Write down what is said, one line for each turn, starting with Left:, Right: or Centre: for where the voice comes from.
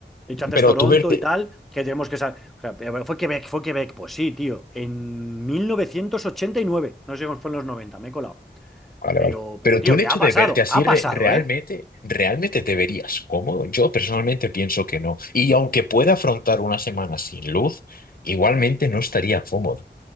Centre: He dicho antes
Left: Pero
Centre: Toronto
Left: tú verte,
Centre: y tal, que tenemos que saber. O sea, pero bueno, fue Quebec, fue Quebec. Pues sí, tío. En mil novecientos ochenta y nueve No sé cómo fue en los 90 me he colado.
Left: vale,
Centre: Pero,
Left: vale. Pero
Centre: pero, tío,
Left: tú el
Centre: ¿qué
Left: hecho
Centre: ha
Left: de
Centre: pasado?
Left: verte así
Centre: Ha
Left: re-
Centre: pasado,
Left: realmente,
Centre: ¿eh?
Left: realmente te verías cómodo. Yo personalmente pienso que no. Y aunque pueda afrontar una semana sin luz, igualmente no estaría cómodo.